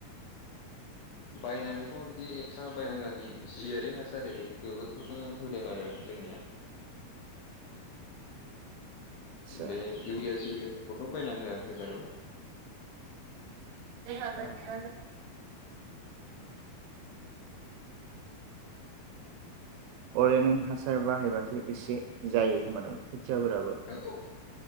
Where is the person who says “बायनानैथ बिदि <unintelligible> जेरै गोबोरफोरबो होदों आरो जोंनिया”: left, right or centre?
Left